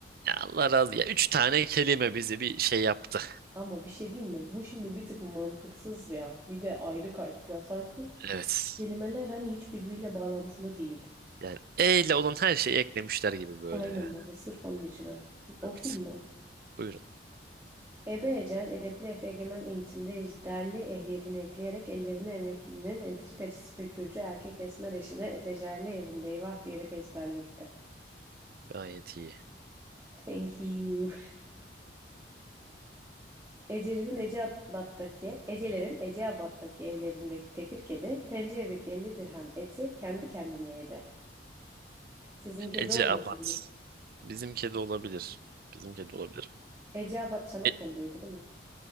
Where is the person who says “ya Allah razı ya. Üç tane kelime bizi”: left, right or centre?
Right